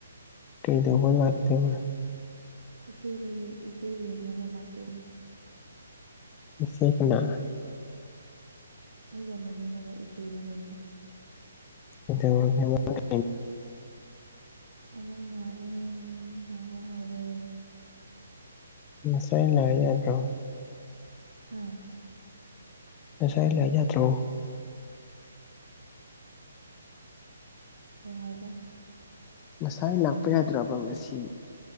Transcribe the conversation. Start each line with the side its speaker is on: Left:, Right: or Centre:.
Left: ꯀꯩꯗꯧꯕ ꯂꯥꯛꯇꯣꯏꯕ
Right: ꯏꯆꯦꯒꯤ ꯏꯆꯦ ꯌꯦꯡꯅꯕ ꯂꯥꯛꯇꯣꯏꯅꯦ
Left: ꯅꯆꯦ ꯀꯅꯥ
Right: ꯑꯩꯒ ꯂꯩꯃꯤꯟꯅꯕ ꯏꯆꯦꯅꯦ ꯀꯩꯅꯣ
Left: ꯀꯩꯗꯧꯔꯒꯦ <unintelligible>
Right: ꯑꯃꯨꯛ ꯅꯥꯔꯦ ꯅꯥꯕ ꯍꯧꯔꯦ
Left: ꯉꯁꯥꯏꯅ ꯂꯥꯛꯑ ꯌꯥꯗ꯭ꯔꯣ
Right: ꯍꯥ
Left: ꯉꯁꯥꯏ ꯂꯥꯛ ꯌꯥꯗ꯭ꯔꯣ
Right: ꯀꯩ ꯍꯥꯏꯕ
Left: ꯉꯁꯥꯏ ꯂꯥꯛꯄ ꯌꯥꯗ꯭ꯔꯕ ꯉꯁꯤ